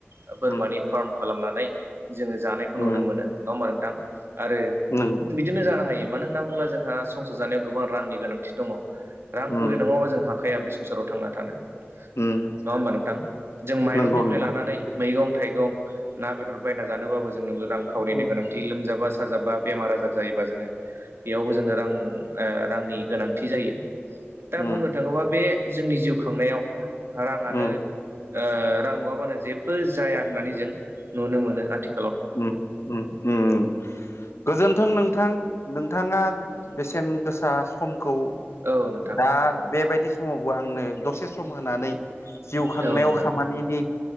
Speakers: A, on the right; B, on the left.
A: ओ बोरमानि
B: उम
A: फार्म खालामनानै जोङो जानायखौ
B: उम
A: नुनो मोनो नङा होमबा नोंथां? आरो
B: उम
A: बिदिनो जानो हायो मानो होनना बुङोब्ला जोंहा संसार जानायाव गोबां रांनि गोनांथि दङ। रांखावरि
B: उम
A: नङाबा जों हाखाया बे संसाराव थांना थानो नङा
B: उम
A: होमबा नोंथां जों माइरंनिफ्राय
B: नंगौ नोंथां
A: लानानै मैगं थाइगं ना बेदर बायना जानोबो जोंनोबो रां खावरिनि
B: उम
A: गोनांथि लोमजाबा साजाबा बेमार आजार जायोबा जोङो बेयावबो जोंनो रां ओ‌ रांनि गोनांथि जायो दा
B: उम
A: <unintelligible> जोंनि जिउ खांनायाव राङानो
B: उम
A: ओ रां नङाबानो जे बो जाया होननानै जों नुनो मोनो आथि
B: उम उम उम गोजोनथों नोंथां नोंथाङा बेसेन गोसा समखौ
A: औ नोंथां
B: दा बेबायदि समावबो आंनो दसे सम होनानै जिउ खांनायाव
A: औ नोंथां
B: खामानिनि